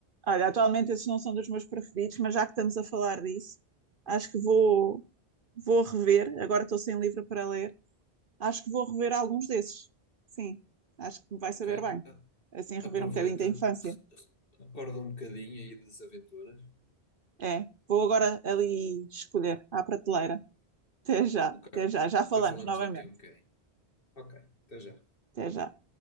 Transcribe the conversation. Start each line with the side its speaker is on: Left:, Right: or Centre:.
Right: Olha, atualmente esses não são dos meus preferidos, mas já que estamos a falar disso, acho que vou, vou rever. Agora estou sem livro para ler. Acho que vou rever alguns desses. Sim, acho que me vai
Left: Ok.
Right: saber bem.
Left: Ah,
Right: Assim, rever
Left: Aproveita.
Right: um bocadinho da infância.
Left: Acorda um bocadinho aí das aventuras.
Right: É, vou agora ali escolher à prateleira. Até já,
Left: Ok.
Right: até já. Já falamos
Left: Já falamos
Right: novamente.
Left: daqui a um bocadinho. Ok. Até já.
Right: Até já.